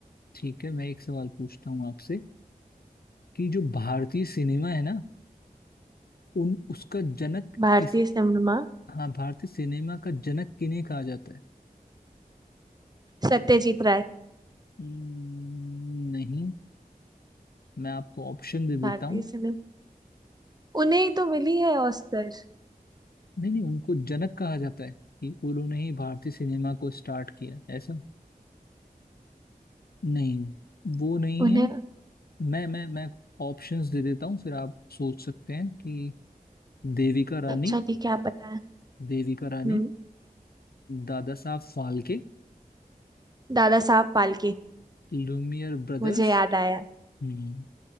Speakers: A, on the left (about 85°); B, on the right (about 25°).
A: ठीक है मैं एक सवाल पूछता हूँ आपसे कि जो भारतीय सिनेमा है ना उन उसका जनक
B: भारतीय
A: किस
B: सिनेमा
A: हाँ भारतीय सिनेमा का जनक किन्हें कहा जाता है
B: सत्यजीत राय
A: हम्म, नहीं मैं आपको ऑप्शन दे
B: भारतीय
A: देता हूँ
B: सिनेमा उन्हें ही तो मिली है ऑस्कर
A: नहीं नहीं उनको जनक कहा जाता है कि उन्होंने ही भारतीय सिनेमा को स्टार्ट किया ऐसा नहीं वो नहीं
B: उन्हें
A: है मैं मैं मैं ऑप्शंस दे देता हूँ फिर आप सोच सकते हैं कि देविका रानी
B: अच्छा ठीक है आप बताएं
A: देविका रानी
B: हम्म
A: दादा साहब फाल्के
B: दादा साहब फाल्के
A: लुमियर ब्रदर्स
B: मुझे याद आया
A: हम्म,